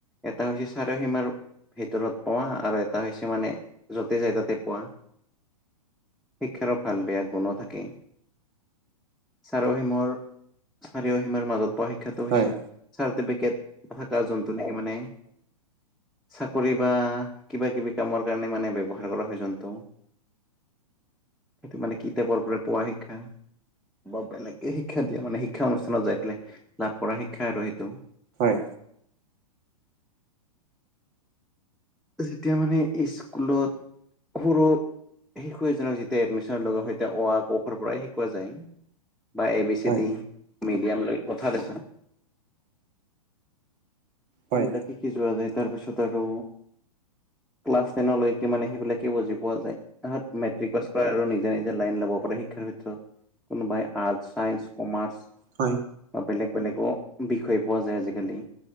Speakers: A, in the centre; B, on the right.
A: এটা হৈছে চাৰিসীমাৰ ভিতৰত পোৱা আৰু এটা হৈছে মানে য'তে যাই তাতে পোৱা। শিক্ষাৰো ভাল বেয়া গুণো থাকে। চাৰিসিমৰ চাৰিও অসীমাৰ মাজত পোৱা শিক্ষাটো হৈছে
B: হয়
A: চাৰ্টিফিকেট থকা জোন টো নেকি মানে চাকৰি বা কিবা কিবি কামৰ কাৰণে মানে ব্যৱহাৰ কৰা হয় জোনটো। সেইটো মানে কিতাপৰ পৰা পোৱা শিক্ষা। ব বেলেগকে শিক্ষা দিয়া মানে শিক্ষা অনুষ্ঠানত যাই পেলাই লাভ কৰা শিক্ষা আৰু সেইটো।
B: হয়।
A: যেতিয়া মানে স্কুলত সৰু শিশু এজনক যেতিয়া এডমিশ্যন লগা হয় অ আ ক খ ৰ পৰাই শিকোৱা যায়। বা এ বি চি
B: হয়
A: দি মিডিয়াম লৈ কথা দেখা। সেইবিলাক
B: হয়
A: শিকি যোৱা যায় তাৰপিছত আৰু ক্লাছ টেনলৈকে মানে সেইবিলাকে বুজি পোৱা যায়। তাত মেট্ৰিক পাছ কৰা আৰু নিজে নিজে লাইন লব পাৰে শিক্ষাৰ ক্ষেত্ৰত। কোনোবাই আৰ্টছ চাইন্ঞ্চ কমাৰ্চ
B: হয়।
A: বা বেলেগ বেলেগো বিষয় পোৱা যায় আজিকালি